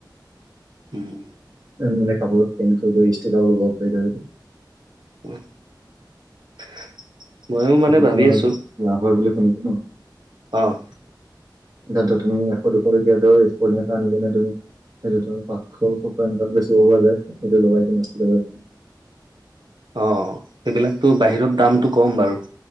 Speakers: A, on the right; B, on the right.
A: উম।
B: মানে কাপোৰত পেণ্ট কৰি কৰি ষ্টিকাৰ লগাব পাৰি যে সেইটো
A: <unintelligible> ময়ো
B: সেইটো
A: মানে ভাবি
B: তো
A: আছো
B: লাভ হয় বুলি শুনিছো ন।
A: অ'।
B: এতিয়া তুমি এশ, দুশ টকীয়াতে স্পৰ্টিং এটা আনি কিনে তুমি সেইটো তোমাৰ পাকশ, ছশ অনেকাত বেছিব পৰা যায়। সেইটো লগাই কিনে ষ্টিকাৰ লগাই
A: অ সেইবিলাকতো বাহিৰত দামটো কম বাৰু।